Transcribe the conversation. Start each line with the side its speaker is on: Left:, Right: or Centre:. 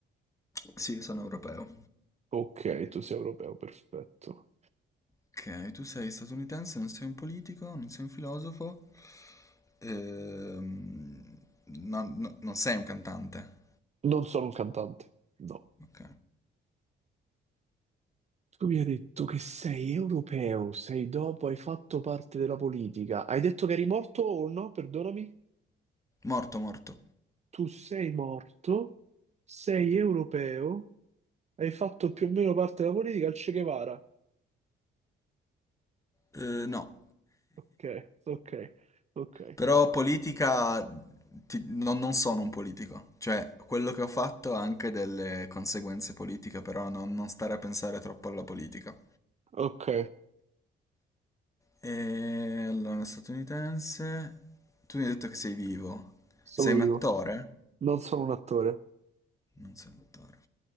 Left: Sì, sono europeo.
Right: Ok, tu sei europeo, perfetto.
Left: Ok, tu sei statunitense, non sei un politico, non sei un filosofo, ehm, non, no- non sei un cantante.
Right: Non sono un cantante, no.
Left: Ok.
Right: Tu mi hai detto che sei europeo, sei dopo, hai fatto parte della politica. Hai detto che eri morto o no? Perdonami.
Left: Morto, morto.
Right: Tu sei morto, sei europeo, hai fatto più o meno parte della politica al Che Guevara.
Left: Eh, no.
Right: Ok, ok, ok,
Left: Però politica, ti- non, non sono un politico, cioè quello che ho fatto ha anche delle conseguenze politiche, però non, non stare a pensare troppo alla politica.
Right: ok,
Left: E allora, statunitense, tu mi hai detto che sei vivo,
Right: sono
Left: sei un
Right: io,
Left: attore?
Right: non sono un attore,
Left: Non sei un attore.